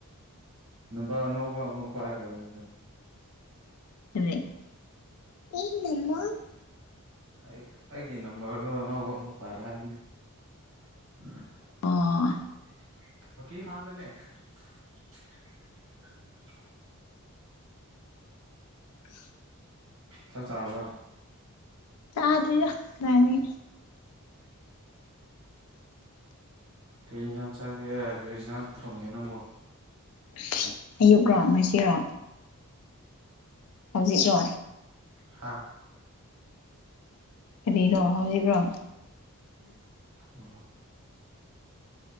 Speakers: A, on the right; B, on the left.
A: ꯅꯝꯕꯔ ꯑꯅꯧꯕ ꯑꯃꯨꯛ ꯄꯥꯢ <unintelligible>
B: <unintelligible>
A: ꯑꯩ ꯑꯩꯒꯤ ꯅꯝꯕꯔꯗꯣ ꯑꯅꯧꯕ ꯑꯃꯨꯛ ꯄꯥꯏꯕ ꯍꯥꯏꯕꯅꯤ <unintelligible>
B: ꯑꯣ
A: <unintelligible>
B: <unintelligible>
A: ꯆꯥꯛ ꯆꯥꯔꯕ
B: ꯆꯥꯗ꯭ꯔꯤꯗ ꯀꯗꯥꯢꯗꯒꯤ
A: ꯀꯔꯤ ꯏꯟꯖꯥꯡ ꯆꯒꯦ ꯀ꯭ꯔꯤꯖꯥꯡ ꯊꯣꯡꯒꯦ ꯅꯪꯕꯣ
B: <unintelligible> ꯑꯌꯨꯛ ꯔꯣ ꯉꯁꯤꯔꯣ ꯍꯧꯖꯤꯛꯔꯣ
A: ꯍꯥ
B: ꯀꯔꯤꯔꯣ ꯍꯧꯖꯤꯛꯔꯣ
A: <unintelligible>